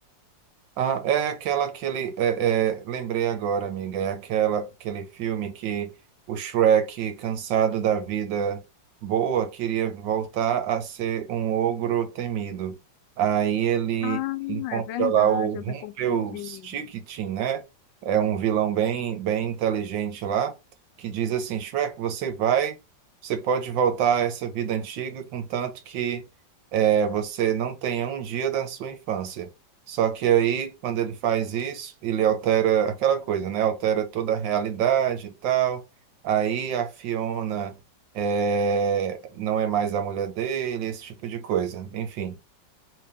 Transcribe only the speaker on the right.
Ah, é aquela que ele. é- é, lembrei agora, amiga. É aquela, aquele filme que o Shrek, cansado da vida boa, queria voltar a ser um ogro temido. Aí ele
encontra
lá o Rumpelstiltskin,
né? É um vilão bem, bem inteligente lá, que diz assim: Shrek, você vai. Você pode voltar a essa vida antiga, contanto que eh, você não tenha um dia da sua infância. Só que aí, quando ele faz isso, ele altera aquela coisa, né? Altera toda a realidade e tal. Aí a Fiona eh, não é mais a mulher dele, esse tipo de coisa. Enfim.